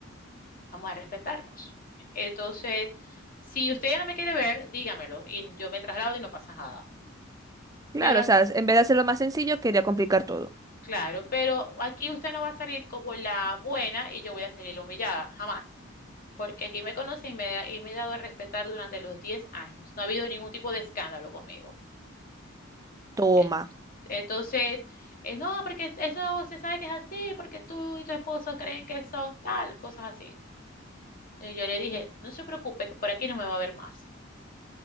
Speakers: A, on the left; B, on the right.
A: vamos a respetarnos. Entonces, si usted ya no me quiere ver, dígamelo y yo me traslado y no pasa nada.
B: Claro,
A: Pero,
B: o sea,
A: as-
B: en vez de hacerlo más sencillo, quería complicar todo.
A: claro, pero aquí usted no va a salir como la buena y yo voy a salir la humillada, jamás. porque aquí me conocen y me, y me he dado a respetar durante los 10 años. No ha habido ningún tipo de escándalo conmigo.
B: Toma.
A: Eh, entonces, eh, no, porque eso se sabe que es así, porque tú y tu esposo creen que son tal, cosas así. Y yo le dije, no se preocupe, que por aquí no me va a ver más.